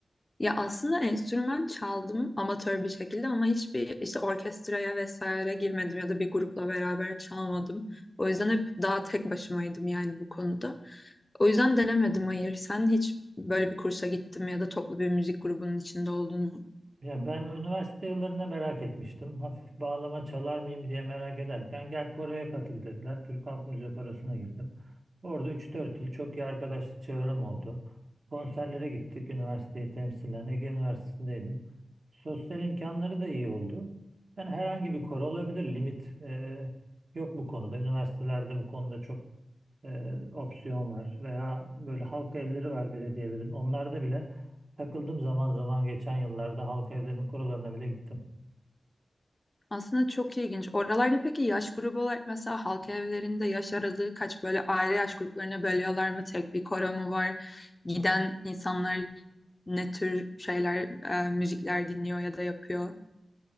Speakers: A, on the left; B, on the right.
A: Ya aslında enstrüman çaldım amatör bir şekilde ama hiçbir işte orkestraya vesaire girmedim ya da bir grupla beraber çalmadım. O yüzden hep daha tek başımaydım yani bu konuda. O yüzden denemedim hayır. Sen hiç böyle bir kursa gittin mi ya da toplu bir müzik grubunun içinde oldun mu?
B: Ya ben üniversite yıllarında merak etmiştim. Hafif bağlama çalar mıyım diye merak ederken gel Kore'ye katıl dediler. Türk Halk Müziği Korosu'na girdim. Orada üç dört yıl çok iyi arkadaşlık çevrem oldu. Konserlere gittik. Üniversiteyi temsilen Ege Üniversitesi'ndeydim. Sosyal imkanları da iyi oldu. Yani herhangi bir koro olabilir. Limit e, yok bu konuda. Üniversitelerde bu konuda çok e, opsiyon var veya böyle halk evleri var belediyelerin. Onlarda bile takıldım zaman zaman geçen yıllarda halk evlerinin kurallarına bile gittim.
A: Aslında çok ilginç. Oralarda peki yaş grubu olarak mesela halk evlerinde yaş aralığı kaç böyle aile yaş gruplarına bölüyorlar mı? Tek bir koro mu var? Giden insanlar ne tür şeyler, e, müzikler dinliyor ya da yapıyor?